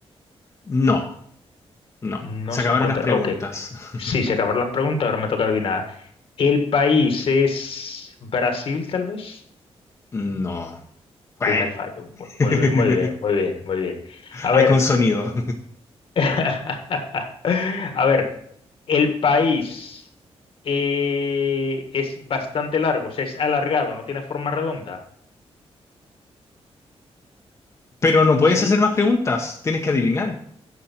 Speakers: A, on the left (about 30°); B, on the left (about 60°).
A: no, no.
B: No
A: Se
B: se
A: acabaron
B: encuentra.
A: las preguntas.
B: Ok.
A: <laughs>
B: Sí, se acabaron las preguntas, ahora me toca adivinar. ¿El país es Brasil, tal vez?
A: No. Cuén.
B: Primer fallo. Mu-
A: <laughs>
B: Muy bien, muy bien, muy bien, muy bien. A
A: Hay
B: ver,
A: con sonido.
B: <laughs> a ver, el país eh, es bastante largo, o sea, es alargado, no tiene forma redonda.
A: Pero no puedes
B: Sí.
A: hacer más preguntas. Tienes que adivinar.